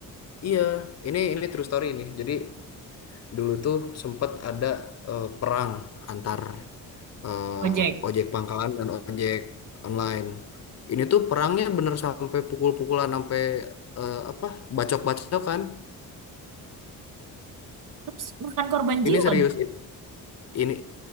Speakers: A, on the left; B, on the right.
A: Iya, ini ini true story ini. Jadi dulu tuh sempat ada eh, perang antar eh,
B: Ojek.
A: ojek pangkalan dan ojek online. Ini tuh perangnya bener sampai pukul-pukulan sampai eh, apa bacok-bacok kan.
B: Terus bukan korban
A: Ini
B: jiwa.
A: serius
B: dong.
A: ini